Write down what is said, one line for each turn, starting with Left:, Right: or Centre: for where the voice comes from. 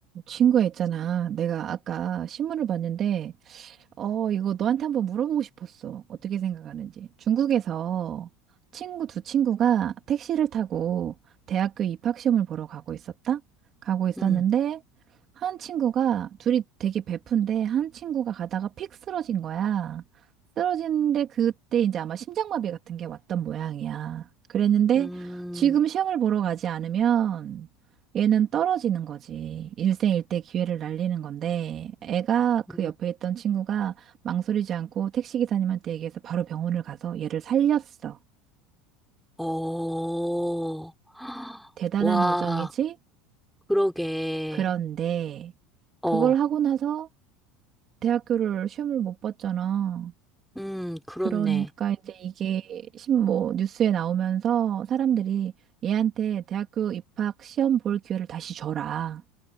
Right: 친구야 있잖아. 내가 아까 신문을 봤는데, 어, 이거 너한테 한번 물어보고 싶었어. 어떻게 생각하는지. 중국에서 친구 두 친구가 택시를 타고 대학교 입학시험을 보러 가고 있었다? 가고 있었는데,
Centre: 음,
Right: 한 친구가, 둘이 되게 베푼데, 한 친구가 가다가 픽 쓰러진 거야. 쓰러지는데, 그때 이제 아마 심장마비 같은 게 왔던 모양이야. 그랬는데,
Centre: 음,
Right: 지금 시험을 보러 가지 않으면, 얘는 떨어지는 거지. 일생일대 기회를 날리는 건데, 애가 그
Centre: 음,
Right: 옆에 있던 친구가 망설이지 않고 택시기사님한테 얘기해서 바로 병원을 가서 얘를 살렸어.
Centre: 어, <gasps>
Right: 대단한
Centre: 와,
Right: 우정이지?
Centre: 그러게,
Right: 그런데,
Centre: 어,
Right: 그걸 하고 나서 대학교를 시험을 못 봤잖아.
Centre: 음, 그렇네,
Right: 그러니까 이제 이게 신 뭐 뉴스에 나오면서 사람들이 얘한테 대학교 입학 시험 볼 기회를 다시 줘라.